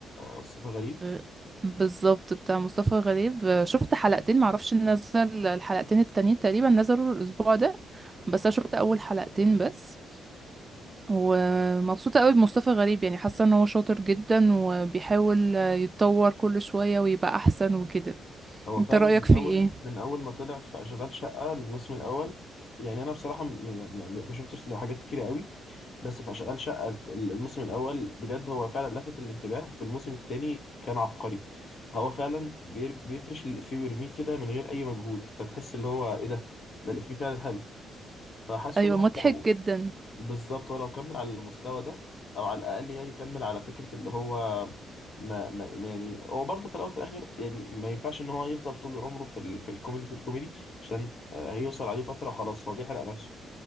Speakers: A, on the left; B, on the right.
A: مصطفى غريب
B: مم. بالظبط بتاع مصطفى غريب آه، شفت حلقتين معرفش نزل الحلقتين التانيين تقريبا نزلوا الأسبوع ده بس انا شفت أول حلقتين بس ومبسوطة قوي بمصطفى غريب يعني حاسة ان هو شاطر جدا وبيحاول آه، يتطور كل شوية ويبقى أحسن وكده
A: هو
B: انت
A: فعلا
B: رأيك
A: من
B: فيه
A: اول
B: ايه؟
A: من اول ما طلع في اشغال شقه الموسم الاول يعني انا بصراحه م- م- م- ما شفتش له حاجات كتيره قوي بس في اشغال شقه الت- الموسم الاول بجد هو فعلا لفت الانتباه وفي الموسم الثاني كان عبقري هو فعلا بير- بيفرش الافيه ويرميه كده من غير اي مجهود فتحس اللي هو ايه ده ده الافيه فعلا حلو فحاسه
B: ايوه
A: ان هو
B: مضحك
A: لو
B: جدا
A: بالظبط هو لو كمل على المستوى ده او على الاقل يعني كمل على فكره اللي هو ما, ما ما يعني هو برضه في الاول وفي الاخر يعني ما ينفعش ان هو يفضل طول عمره في ال... في الكوميدي في الكوميدي عشان آه، هيوصل عليه فتره خلاص هو بيحرق نفسه